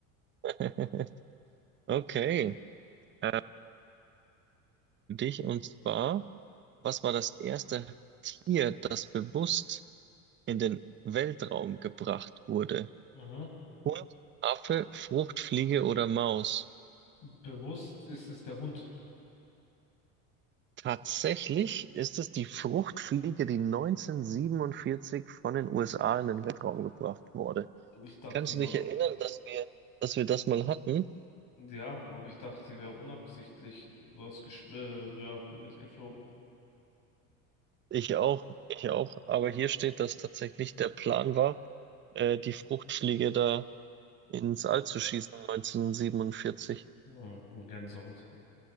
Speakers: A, on the right; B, on the left.
A: <laughs> Okay, äh, für dich und zwar, was war das erste Tier, das bewusst in den Weltraum gebracht wurde?
B: Mhm.
A: Hund, Affe, Fruchtfliege oder Maus?
B: Bewusst ist es der Hund.
A: Tatsächlich ist es die Fruchtfliege, die 1947 von den USA in den Weltraum gebracht wurde.
B: Ich dachte,
A: Kannst
B: die,
A: du
B: wo-
A: dich erinnern, dass wir, dass wir das mal hatten?
B: Ja, aber ich dachte, die wäre unabsichtlich was gesch- äh, ja, mitgeflogen.
A: Ich auch, ich auch. Aber hier steht, dass tatsächlich der Plan war, äh, die Fruchtfliege da ins All zu schießen 1947. <laughs>
B: Hm, Gänsehaut.